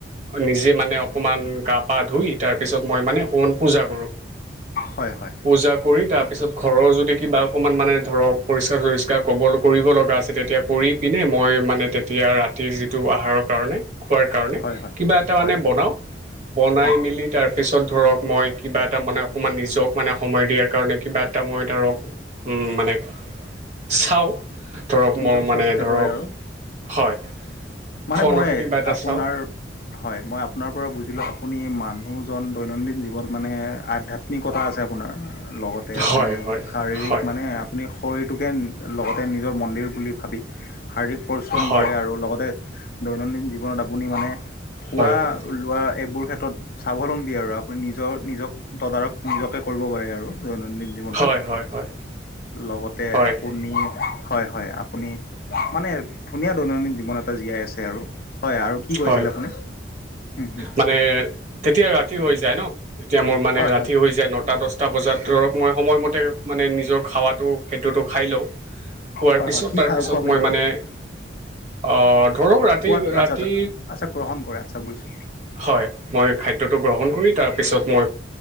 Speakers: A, on the right; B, on the left.
A: নিজে মানে। অকমান গা পা ধুই তাৰপিছত মই মানে অকমান পূজা কৰোঁ।
B: হয় হয়
A: পূজা কৰি তাৰ পিছত ঘৰৰ যদি কিবা অকমান মানে ধৰ পৰিষ্কাৰ চৰিষ্কাৰ কব কৰিব লগা আছে তেতিয়া কৰি পিনে, মই মানে তেতিয়া ৰাতিৰ যিটো আহাৰ কাৰণে খোৱাৰ কাৰণে
B: হয় হয়
A: কিবা এটা মানে
B: হয়
A: বনাও। বনাই
B: হয়
A: মেলি তাৰপিছত ধৰক মই কিবা এটা মানে অকণমান নিজক মানে সময় দিয়াৰ কাৰণে, কিবা এটা মই ধৰক মানে চাওঁ ধৰক
B: নিজক
A: মোৰ মানে
B: চোৱা চিতা
A: ধৰক
B: কৰে আৰু
A: হয়
B: মানে
A: ফোনতে
B: মই
A: কিবা এটা
B: আপোনাৰ
A: চাওঁ
B: হয়, মই আপোনাৰ পৰা বুজিলো আপুনি মান মানুহজন দৈনন্দিন জীৱনত মানে আধ্যাত্মিকতা আছে আপোনাৰ। লগতে আপুনি
A: হয় হয়
B: শাৰীৰিক
A: হয়
B: মানে আপুনি শৰীৰটোকে লগতে নিজৰ মন্দিৰ বুলি ভাবি শাৰীৰিক পৰিশ্ৰম
A: হয়
B: কৰে আৰু লগতে দৈনন্দিন জীৱনত আপুনি মানে খোৱা
A: হয় হয়
B: লোৱা এইবোৰ ক্ষেত্ৰত স্বাৱলম্বী আৰু আপুনি নিজৰ নিজক তদাৰক নিজকে কৰিব পাৰে আৰু। দৈনন্দিন জীৱনটোত
A: হয় হয় হয়
B: লগতে
A: হয়
B: আপুনি হয়, হয়, আপুনি মানে ধুনীয়া দৈনন্দিন জীৱন এটা জীয়াই আছে আৰু। হয় আৰু কি কৰিছিলে
A: হয়
B: আপুনি? হুম হুম।
A: মানে তেতিয়া ৰাতি হৈ যায় ন' তেতিয়া মোৰ মানে
B: হয়
A: ৰাতি
B: হয়।
A: হৈ যায় নটা দশ দশটা বজাত ধৰক মই সময়মতে মানে নিজৰ খাৱাটো খাদ্যটো খাই লওঁ। খোৱাৰ
B: হয়
A: পিছত
B: হয় কি
A: তাৰপিছত
B: খা খোৱা বুলি
A: মই
B: ক'লে?
A: মানে অ, ধৰক ৰাতি
B: খোৱাটো
A: ৰা ৰাতি,
B: আচ্ছা আচ্ছা আচ্ছা গ্ৰহণ কৰে আচ্ছা বুজিছোঁ।
A: হয়, মই খাদ্যটো গ্ৰহণ কৰি তাৰপিছত মই